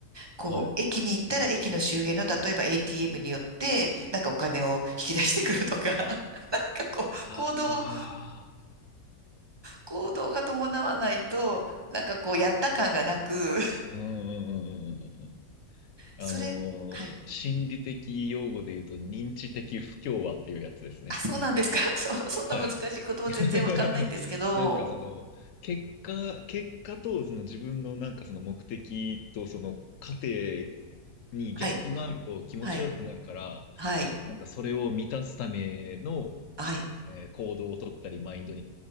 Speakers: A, on the right (about 20°); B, on the left (about 65°).
A: こう、
B: はい。
A: 駅に行ったら駅の周辺の、例えば ATM によって、なんかお金を引き出してくるとか、<laughs> なんかこう、行動、
B: あ
A: 行動が伴わないと、なんかこう、やった感がなく、
B: あ、うん、うん、うん、うんうんうん。
A: それ、
B: あのー心理的用語で言うと、
A: はい。
B: 認知的不協和っていうやつですね。
A: あ、そうなんですか。<laughs> そう、そんな難しい言葉全然わかんないんですけど。
B: はい。<laughs> なんかその結果、結果とその自分のなんかその目的とその過程にギャップがあると気持ち悪くなるから、
A: はい、はい、はい、
B: なんかそれを満たすための、
A: はい。
B: えー行動を取ったり、マインドに、